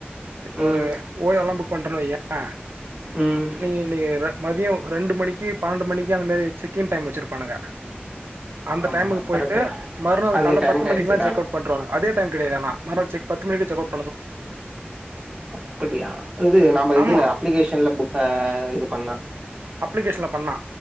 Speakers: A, on the right; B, on the right.
A: இப்போ
B: ம்,
A: ஒரு ஓயோல்லா புக் பண்றனு வையே
B: ம்.
A: நீ நீ ர மதியொ ரெண்டு மணிக்கி பன்னண்டு மணிக்கி அந்த மாரி செக்கின் டைம் வச்சுருப்பானுங்க அந்த
B: ஆமா
A: டைமுகு போயிட்டு
B: கரெக்ட்டு.
A: மறுநாள்
B: அதே
A: கால்ல
B: டைம்க்கு
A: பத்து மணிக்குல்லா
B: எக்ஸிட்
A: செக்
B: ஆகணும்.
A: அவுட் பண்றுவானுங் அதே டைம் கெடயாதானா மற செக் பத்து மணிக்கி செக்கோட்
B: அப்பிடியா இது நாம்ம
A: ஆமா,
B: இதுல அப்ளிகேஷன்ல புக் அ இது பண்ணா
A: அப்ளிகேஷன்ல பண்ணா